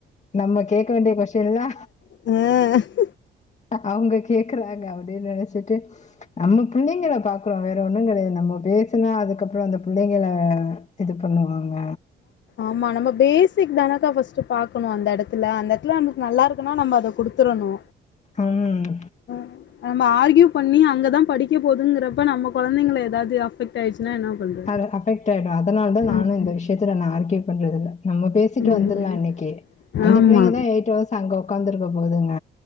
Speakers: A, on the left (about 35°); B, on the left (about 65°).
A: நம்ம கேட்க வேண்டிய கொஸ்டின்ல்லா
B: ம்
A: அவங்க கேக்கறாங்க அப்டின்னு நெனச்சிட்டு நம்ம புள்ளைங்கள பாக்கறோ வேற ஒண்ணு கடையது நம்ம பேசுனா அதுக்கப்புற அந்த புள்ளைங்கள இது பண்ணுவாங்க
B: ஆமா நம்ம பேசிக் தானக்கா ஃபர்ஸ்ட் பாக்கணு அந்த எடத்துல அந்த இந்த எடத்துல நமக்கு நல்லா இருக்குனா நம்ம அத குடுத்தடணு
A: ம்
B: ம் நம்ப ஆர்கியூ பண்ணி அங்கதா படிக்க போதுங்குறப்ப நம்ம கொழந்தைங்களா எதாவ்து அஃபெக்ட் டாய்ச்சுனா என்ன பண்றது
A: அது அஃபெக்ட் ஆய்டு அதனால தா நானு
B: ஆமா
A: இந்த விஷ்யத்துல நா ஆர்கியூ பண்றதுல்ல நம்ம பேசிட்டு
B: ஆமா
A: வந்துல்லா இன்னிக்கி அந்த
B: ஆமா
A: பிள்ளைங்க தா எய்ட் அவர்ஸ் அங்க ஒக்காந்துருக்க போதுங்க